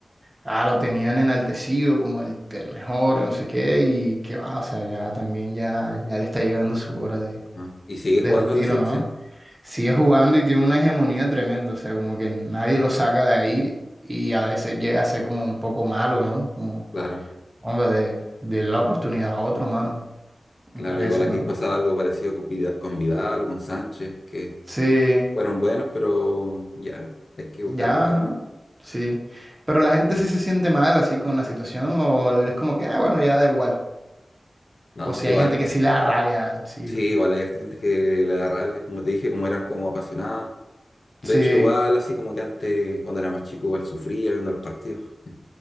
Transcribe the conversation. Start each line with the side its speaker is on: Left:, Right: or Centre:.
Right: ah, lo tenían enaltecido como el, el mejor, no sé qué, y qué va, o sea, ya también ya, ya le está llegando su hora de,
Left: Ah. ¿Y sigue
Right: de
Left: jugando
Right: retiro,
Left: en la selección?
Right: ¿no? Sigue jugando y tiene una hegemonía tremenda, o sea, como que nadie lo saca de ahí y a veces llega a ser como un poco malo, ¿no? Como,
Left: Claro,
Right: hombre, de, de la oportunidad a otro, mano,
Left: claro.
Right: me parece,
Left: Igual aquí
Right: ¿no?
Left: pasaba algo parecido con, Vida- con Vidal o con Sánchez, que
Right: Sí,
Left: fueron buenos, pero ya hay que
Right: Ya,
Left: buscar recambio.
Right: ajá, sí. Pero la gente sí se siente mal así con la situación o es como que, ah, bueno, ya da igual.
Left: No,
Right: O si
Left: sí,
Right: hay
Left: igual,
Right: gente que sí le da rabia, sí.
Left: sí, igual hay harta gente que le da rabia, como te dije, como eran como apasionados. De
Right: Sí.
Left: hecho, igual, así como que antes, cuando era más chico, igual sufría viendo los partidos. <laughs>